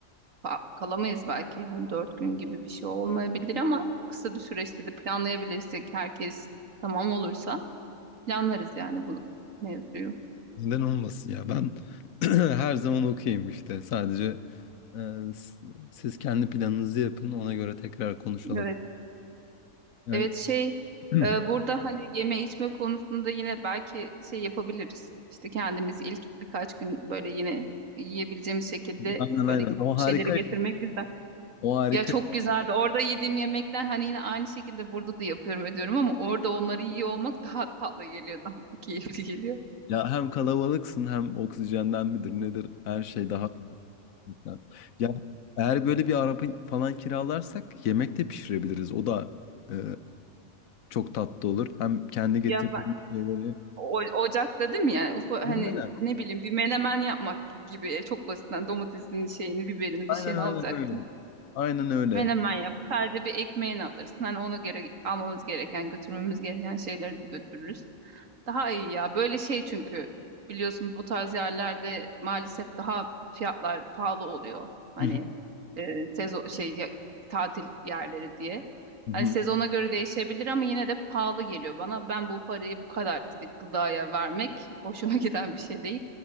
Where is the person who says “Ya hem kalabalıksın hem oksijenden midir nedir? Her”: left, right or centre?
Left